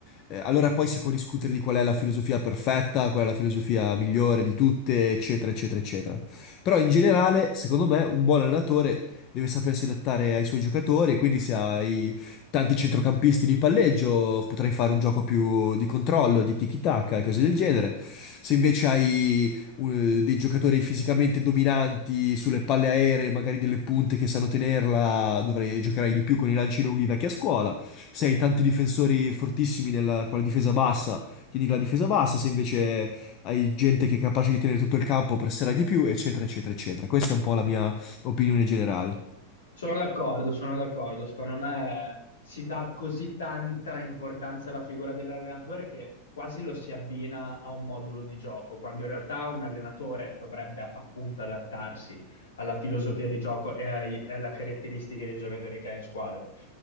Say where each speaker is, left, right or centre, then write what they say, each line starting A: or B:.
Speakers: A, on the left; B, on the left.
A: eh, allora poi si può discutere di qual è la filosofia perfetta, qual è la filosofia migliore di tutte, eccetera, eccetera, eccetera. Però in generale, secondo me, un buon allenatore deve sapersi adattare ai suoi giocatori, e quindi se hai tanti centrocampisti di palleggio, potrai fare un gioco più di controllo, di tiki-taka e cose del genere. Se invece hai un- eh, dei giocatori fisicamente dominanti sulle palle aeree, magari delle punte che sanno tenerla, dovrei giocare di più con i lanci lunghi vecchia scuola. Se hai tanti difensori fortissimi nella- con la difesa bassa, tieni la difesa bassa, se invece hai gente che è capace di tenere tutto il campo, presserà di più, eccetera, eccetera, eccetera. Questa è un po' la mia opinione generale.
B: Sono d'accordo, sono d'accordo. Secondo me eh, si dà così tanta importanza alla figura dell'allenatore che quasi lo si abbina a un modulo di gioco, quando in realtà un allenatore dovrebbe appunto adattarsi alla filosofia di gioco e ai- e alle caratteristiche dei giocatori che ha in squadra.